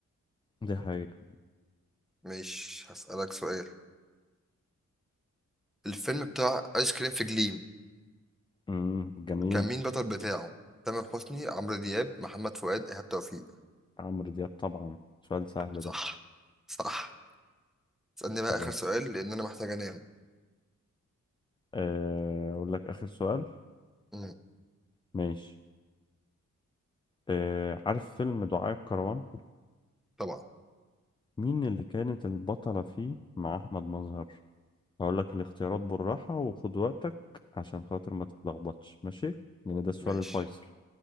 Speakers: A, on the left; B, in the centre.
A: دي حقيقة
B: مش هسألك سؤال الفيلم بتاع ايس كريم في جليم
A: امم جميل
B: كان مين البطل بتاعه تامر حسني عمرو دياب محمد فؤاد ايهاب توفيق
A: عمرو دياب طبعا سؤال سهل
B: صح
A: ده
B: صح اسألني بقى
A: طيب
B: اخر سؤال لان انا محتاج انام
A: آه، أقول لك آخر سؤال
B: امم
A: ماشي أه عارف فيلم دعاء الكروان
B: طبعا
A: مين اللي كانت البطلة فيه مع أحمد مظهر هقول لك الاختيارات بالراحة وخد وقتك عشان خاطر ما تتلخبطش ماشي لأن ده السؤال
B: ماشي
A: الفيصل